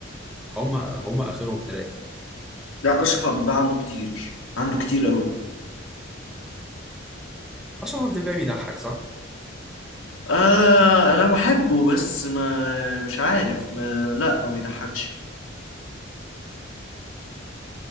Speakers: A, in the centre; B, on the left.
A: هما هما اخرهم ثلاثه
B: لا اشرف عبد الباقي عنده كتير عنده كتير قوي
A: اشرف عبد الباقي بيضحك صح
B: آه انا بحبه بس ما مش عارف ما لا ما بيضحكش